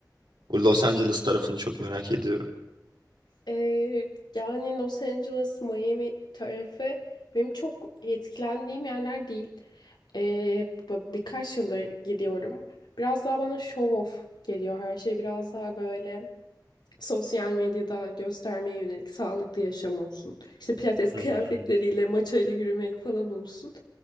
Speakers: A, on the right; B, on the left.
A: Bu Los Angeles tarafını çok merak ediyorum.
B: Ee, yani Los Angeles, Miami tarafı benim çok etkilendiğim yerler değil. Ee, b- birkaç yıldır gidiyorum. Biraz daha bana show off geliyor her şey. Biraz daha böyle Sosyal medyada göstermeye yönelik sağlıklı yaşam olsun. İşte pilates
A: Hı
B: kıyafetleriyle,
A: hı.
B: maçayla yürümek falan olsun.